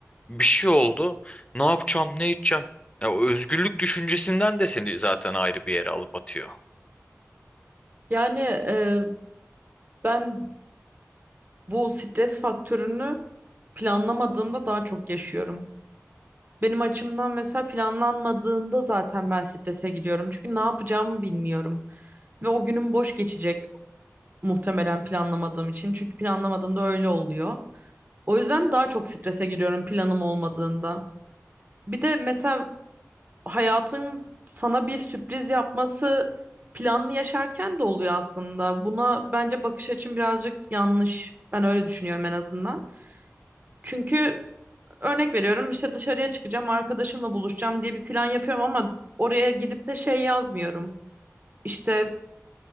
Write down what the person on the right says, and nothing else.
Yani e, ben bu stres faktörünü planlamadığımda daha çok yaşıyorum. Benim açımdan mesela planlanmadığında zaten ben strese giriyorum. Çünkü ne yapacağımı bilmiyorum. Ve o günüm boş geçecek muhtemelen planlamadığım için. Çünkü planlamadığımda öyle oluyor. O yüzden daha çok strese giriyorum planım olmadığında. Bir de mesela hayatın sana bir sürpriz yapması planlı yaşarken de oluyor aslında. Buna bence bakış açım birazcık yanlış. Ben öyle düşünüyorum en azından. Çünkü örnek veriyorum işte dışarıya çıkacağım, arkadaşımla buluşacağım diye bir plan yapıyorum ama oraya gidip de şey yazmıyorum. İşte